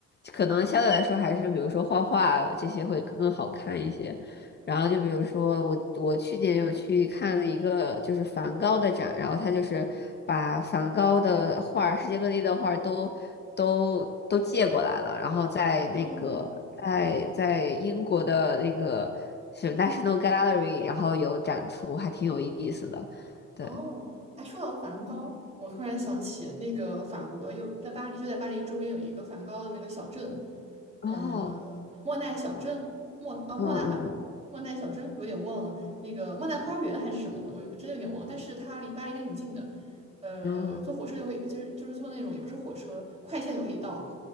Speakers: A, on the left; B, on the right.
A: 可能相对来说还是比如说画画这些会更好看一些。然后就比如说我我去年有去看了一个就是梵高的展，然后他就是把梵高的画儿世界各地的画儿都都都借过来了，然后在那个在在英国的那个。
B: 嗯。
A: 是 National Gallery，然后有展出，还挺有意思的。对，
B: 哦，哎，说到梵高，我突然想起那个法国有在巴黎，就在巴黎周边有一个梵高的那个小镇，
A: 哦，
B: 呃，莫奈小镇，莫啊莫奈啊莫奈小镇，
A: 嗯嗯
B: 有点忘了，那个莫奈花园还是什么的，我有真的有点忘，但是它离巴黎还挺近的，呃，
A: 嗯，
B: 坐火车就会，就是就是坐那种也不是火车，快线就可以到，